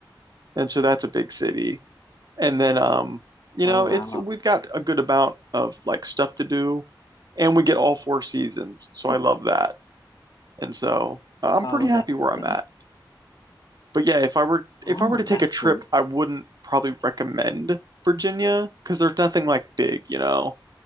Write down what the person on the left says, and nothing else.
Oh
wow.
Yeah.
Oh,
that's
awesome.
Oh,
that's
cool.